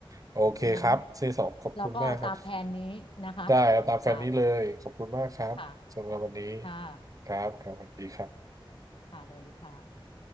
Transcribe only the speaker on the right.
โอเคครับเซสอบขอบคุณมากครับ
ได้เอาตามแฟนนี้เลยขอบคุณมากครับสำหรับวันนี้
ครับครับสวัสดีครับ